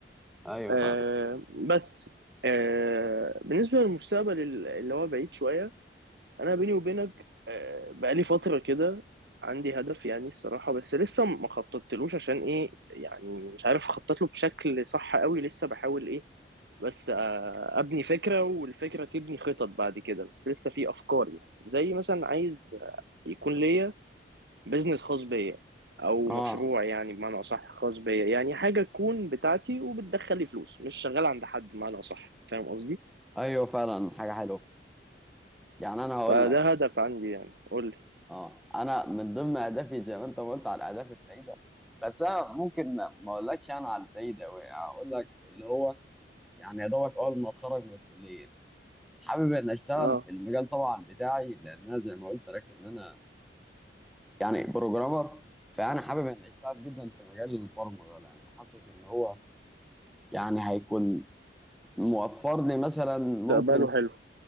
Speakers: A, in the centre; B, on the right.
A: ايوه
B: آه
A: فعلا
B: بس آه بالنسبة للمستقبل اللي هو بعيد شوية انا بيني وبينك آه، بقالي فتره كده عندي هدف يعني الصراحه بس لسه ما خططتلوش عشان ايه يعني مش عارف اخطط له بشكل صح قوي لسه بحاول ايه بس آه، ابني فكره والفكره تبني خطط بعد كده بس لسه في افكار يعني زي مثلا عايز آه، يكون ليا بيزنس خاص بيا او
A: اه
B: مشروع يعني بمعنى اصح خاص بيا يعني حاجه تكون بتاعتي وبتدخل لي فلوس مش شغال عند حد بمعنى اصح فاهم قصدي
A: ايوه فعلا حاجه حلوه يعني انا هقول
B: فده
A: لك
B: هدف عندي يعني قول لي
A: اه انا من ضمن اهدافي زي ما انت ما قلت على الاهداف البعيده بس انا ممكن ما اقولكش انا على البعيده قوي اقول لك اللي هو يعني يا دوبك اول ما اتخرج من الكليه حابب ان اشتغل
B: <clears throat> اه
A: في المجال طبعا بتاعي لان انا زي ما قلت لك ان انا يعني بروجرامر فانا حابب ان اشتغل جدا في مجال البرمجه لان حاسس ان هو يعني هيكون موفر لي مثلا
B: مستقبله
A: ممكن
B: حلو